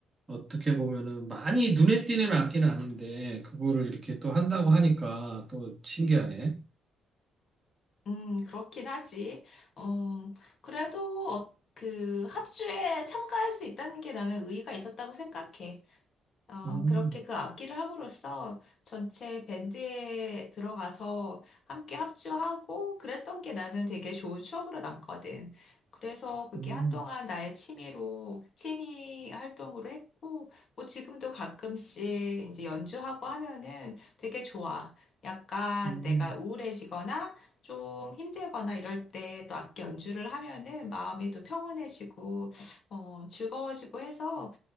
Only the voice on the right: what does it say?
어떻게 보면은 많이 눈에 띄는 악기는 아닌데, 그거를 이렇게 또 한다고 하니까 또 신기하네.
음,
음,
음,